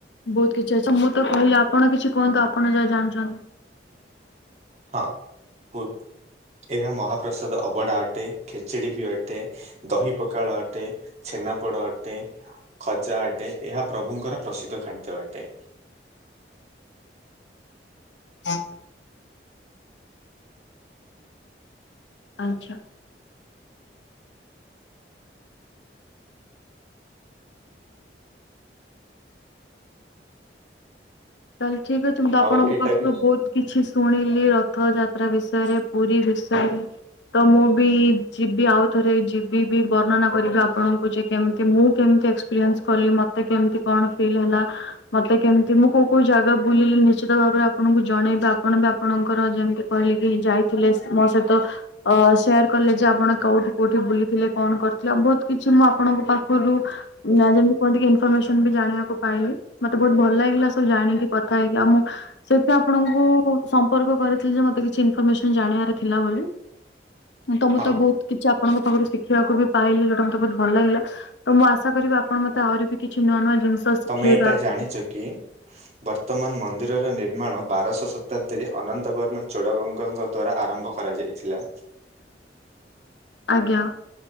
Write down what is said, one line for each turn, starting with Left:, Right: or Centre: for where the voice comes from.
Left: ବହୁତ କିଛି ଅଛି ମୁଁ ତ କହିଲି ଆପଣ କିଛି କୁହନ୍ତୁ ଆପଣ ଯାହା ଜାଣିଛନ୍ତି?
Right: ହଁ ଏହା ମହାପ୍ରସାଦ ଅବଢା ଅଟେ ଖେଚୁଡି ବି ଅଟେ ଦହି ପଖାଳ ଅଟେ ଛେନାପୋଡ ଅଟେ ଖଜା ଅଟେ ଏହା ପ୍ରଭୁଙ୍କର ପ୍ରସିଦ୍ଧ ଖାଦ୍ୟ ଅଟେ।
Left: ହଁ। ଆଛା। ତାହଲେ ଠିକ ଅଛି ମୁଁ ତ
Right: ଆଉ
Left: ଆପଣଙ୍କ
Right: ଏଇଟା
Left: ପାଖରୁ
Right: ବି
Left: ବହୁତ କିଛି ଶୁଣିଲି ରଥଯାତ୍ରା ବିଷୟରେ ପୁରୀ ବିଷୟରେ ତ ମୁଁ ବି ଯିବି ଆଉ ଥରେ ଯିବି ବି ବର୍ଣ୍ଣନା କରିବି ଆପଣଙ୍କୁ ଯେ କେମତି ମୁଁ କେମତି ଏକ୍ସପିରିଏନ୍ସ କଲି ମତେ କେମିତି କଣ ଫିଲ୍ ହେଲା ମତେ କେମତି ମୁଁ କଉ କେଉ ଜାଗା ବୁଲିଲେ ନିଶ୍ଚିତ ଭାବରେ ଆପଣଙ୍କୁ ଜଣେଇବେ ଆପଣ ବି ଆପଣଙ୍କର ଯେମିତି କହିଲେ କି ଯାଇ ଥିଲେ ମୋ ସହିତ ଅ ସେୟାର କଲେ ଯେ ଆପଣ କୋଉଠି କୋଉଠି ବୁଲିଥିଲେ କଣ କରିଥିଲେ ଆଉ ବହୁତ କିଛି ମୁଁ ଆପଣଙ୍କ ପାଖରୁ ନା ଯେମିତି କୁହନ୍ତି କି ଇନଫର୍ମେସନ୍ ବି ଜାଣକୁ ପାଇଲି ମତେ ବହୁତ ଭଲ ଲାଗିଲା ସବୁ ଜାଣିକି କଥା ହେଇକି ଆଉମଁ ସେଥି ପାଇଁ ଆପଣଙ୍କୁ ସମ୍ପର୍କ କରିଥିଲି ଯେ ମତେ କିଛି ଇନଫମେସନ ଜାଣିବାର ଥିଲା ବୋଲି। ତ ମୁଁ
Right: ହଁ
Left: ତ ବହୁତ କିଛି ଆପଣଙ୍କ ପାଖରୁ ଶିଖ ଦେଖିବାକୁ ବି ପାଇଲି ଯେ ଯଉଟା ମୋତେ ବହୁତ ଭଲ ଲାଗିଲା ତ ମୁଁ ଆଶା କରିବି ଆପଣ ମତେ ଆହୁରି ବି କିଛି ନୂଆ ନୂଆ ଜିନିଷ ଶିଖେଇବା
Right: ତମେ ଏଇଟା
Left: ଆଗକୁ
Right: ଜାଣିଛ କି ବର୍ତ୍ତମାନ ମନ୍ଦିରର ନିର୍ମାଣ ବାରଶ ଶତାବ୍ଦୀରେ ଅନନ୍ତ ବର୍ମା ଚୋଡଗଙ୍ଗଙ୍କ ଦ୍ଵାରା ଆରମ୍ଭ କରାଯାଇଥିଲା।
Left: ଆଜ୍ଞା।